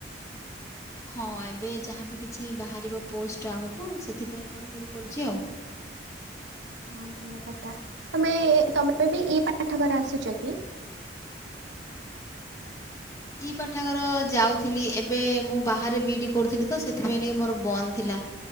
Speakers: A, on the left; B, on the right.
A: ହଁ ଏବେ ଯାହାବି କିଛି ବାହାରିବ ପୋଷ୍ଟ ଆଗକୁ ସେଥିପାଇଁ ପଢ଼ାପଢ଼ି କରୁଛି ଆଉ।
B: ହଁ ଭଲ କଥା ତମେ ତମେ ବି ଇ ପାଠାଗର ଆସୁଚ କି?
A: ଇ ପାଠାଗାର ଯାଉଥିଲି ଏବେ ମୁଁ ବାହାରେ ବି ଇ ଡ଼ି କରୁଥିଲି ତ ସେଥିପାଇଁ ଟିକେ ମୋର ବନ୍ଦ ଥିଲା।